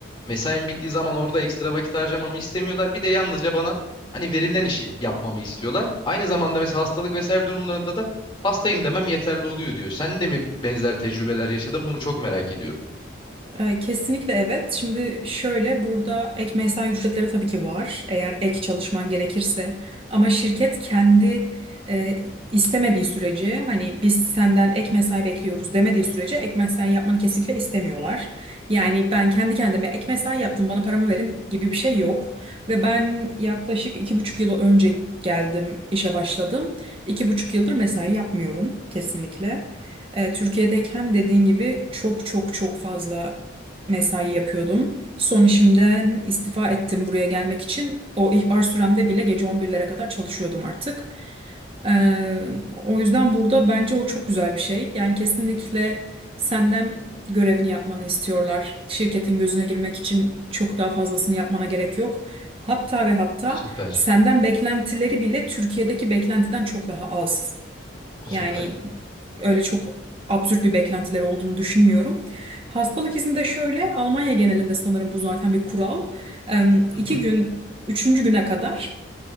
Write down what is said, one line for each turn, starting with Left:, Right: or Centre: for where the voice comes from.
Left: Mesaim bittiği zaman orada ekstra vakit harcamamı istemiyorlar. Bir de yalnızca bana hani verilen işi yapmamı istiyorlar. Aynı zamanda mesela hastalık vesaire durumlarında da hastayım demem yeterli oluyor diyor. Sen de mi benzer tecrübeler yaşadın? Bunu çok merak ediyorum.
Right: E, Kesinlikle evet. Şimdi şöyle burada ek mesai ücretleri tabii ki var. Eğer ek çalışman gerekirse. Ama şirket kendi e, istemediği sürece hani biz senden ek mesai bekliyoruz demediği sürece ek mesai yapmanı kesinlikle istemiyorlar. Yani ben kendi kendime ek mesai yaptım bana paramı verin gibi bir şey yok. Ve ben yaklaşık iki buçuk yıl önce geldim işe başladım. İki buçuk yıldır mesai yapmıyorum kesinlikle. E, Türkiye'deyken dediğin gibi çok çok çok fazla mesai yapıyordum. Son işimden istifa ettim buraya gelmek için. O ihbar süremde bile gece on birlere kadar çalışıyordum artık. Ee, o yüzden burada bence o çok güzel bir şey. Yani kesinlikle senden görevini yapmanı istiyorlar. Şirketin gözüne girmek için çok daha fazlasını yapmana gerek yok. Hatta ve hatta
Left: Süper,
Right: senden beklentileri bile Türkiye'deki beklentiden çok daha az.
Left: süper.
Right: Yani öyle çok absürt bir beklentileri olduğunu düşünmüyorum. Hastalık izni de şöyle, Almanya genelinde sanırım bu zaten bir kural. Eee,
Left: Hı
Right: iki
Left: hı,
Right: gün, üçüncü güne kadar